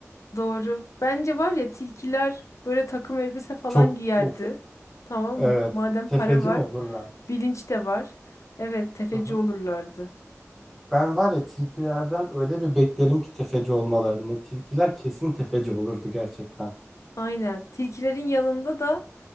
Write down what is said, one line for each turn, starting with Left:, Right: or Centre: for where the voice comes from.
Left: Doğru. Bence var ya tilkiler böyle takım elbise falan
Centre: Çok
Left: giyerdi.
Centre: of
Left: Tamam
Centre: evet
Left: mı? Madem
Centre: tefeci
Left: para var,
Centre: mi olurlar?
Left: bilinç de var. Evet, tefeci
Centre: Hı hı.
Left: olurlardı.
Centre: Ben var ya tilkilerden öyle bir beklerim ki tefeci olmalarını. Tilkiler kesin tefeci olurdu gerçekten.
Left: Aynen. Tilkilerin yanında da